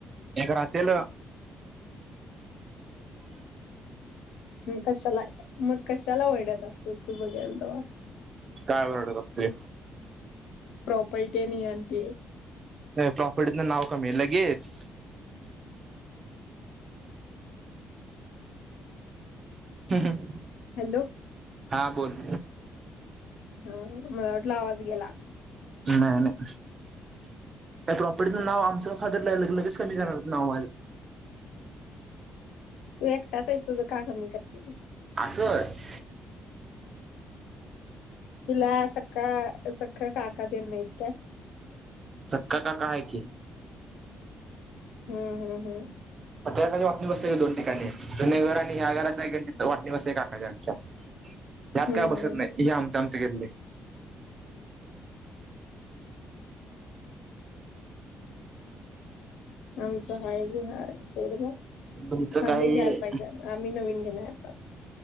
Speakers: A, on the right (about 40°); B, on the left (about 85°).
A: एक रातेल
B: मग कशाला मग कशाला वेडत जास्त वस्तू वघेल त
A: काय वरडत असतोय
B: प्रॉपर्टी नियती
A: अता प्रॉफिट मदन नाव कमी लगेच हम् हम
B: हॅलो
A: हां बोल
B: ह मला वाटला आवाज गेला
A: नाय नाय त्या प्रॉपर्टीतन नाव आमच फादर ला ले लगेच कमी कराल्यात माझ
B: तू एकटाचयस तुज का कमी करतील
A: असच
B: तुला सख्ख काका तेन कोन नइत काय
A: सक्का काका हाय कि
B: हम्म हम्म हम्
A: सगळ्याणी वाटणी बसत्या दोन ठिकाणी जुन्या घर आणि ह्या घराचा वाटणी बसत्या काका तेनच यात
B: हम्म
A: काय बसत
B: हम्म
A: नइ हे आम चमच केेतले
B: आमचा हय ब हाय थोड
A: तुमचं काय
B: आम्ही घ्याला पाहिजे आम्ही नवीन घेणार आता